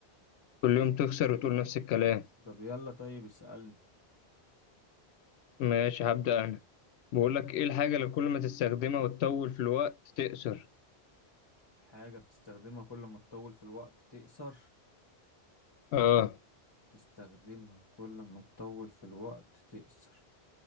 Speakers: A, on the left; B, on the left.
A: كل يوم تخسر وتقول نفس الكلام
B: طب يلا طيب اسألني
A: ماشي هبدأ انا بقول لك ايه الحاجة اللي كل ما تستخدمها وتطول في الوقت تقصر
B: حاجة بتستخدمها كل ما تطول في الوقت تقصر
A: اه
B: تستخدمها كل ما تطول في الوقت تقصر